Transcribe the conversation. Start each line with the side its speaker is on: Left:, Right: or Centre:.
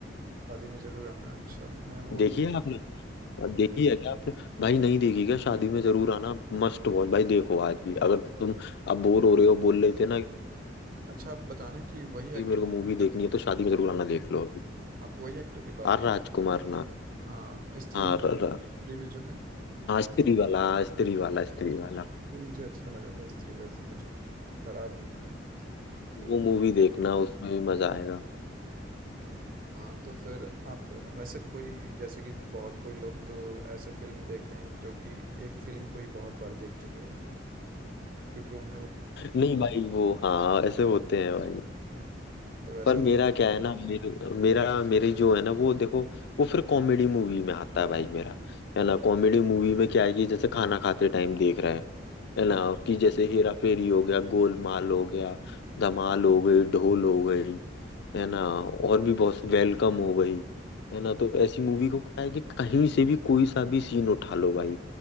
Right: शादी में जरूर आना अच्छा मैं वो
Left: देखिए
Right: नहीं
Left: आपने देखी है क्या आपने भाई नहीं देखी क्या शादी में जरूर आना मस्ट वॉच भाई देखो आज भी अगर तुम अब बोर हो रहे हो बोल रहे थे ना
Right: अच्छा आप बताना कि वही
Left: भाई
Right: एक्टर
Left: मेरे को मूवी देखनी है तो शादी में जरूर आना देख लो अभी
Right: आप वही एक्टर की बात
Left: आर
Right: कर
Left: राजकुमार ना
Right: हाँ स्त्री
Left: हाँ र, र,
Right: स्त्री में जो है
Left: हाँ स्त्री वाला हाँ, स्त्री वाला स्त्री वाला
Right: ये मुझे अच्छा लगा था स्त्री वैसे कुछ खराब नहीं था तो
Left: वो मूवी देखना उसमें भी मजा आएगा
Right: हाँ तो फिर आप वैसे कोई जैसे कि बहुत कोई लोग तो ऐसे फिल्म देखते हैं जो कि एक फिल्म को ही बहुत बार देख चुके होते हैं क्योंकि उन्हें वो-
Left: नहीं भाई वो हाँ ऐसे होते हैं भाई
Right: हाँ तो वैसा
Left: पर मेरा क्या है ना मेरे, मेरा मेरी जो है ना वो देखो वो फिर कॉमेडी मूवी में आता है भाई मेरा है ना कॉमेडी मूवी में क्या है कि जैसे खाना खाते टाइम देख रहे हैं है ना
Right: हाँ,
Left: कि जैसे हेरा फेरी हो गया गोलमाल हो गया धमाल हो गई ढोल हो गई है ना और भी बहुत वेलकम हो गई है ना
Right: हाँ,
Left: तो ऐसी मूवी को क्या है कि कहीं से भी कोई सा भी सीन उठा लो भाई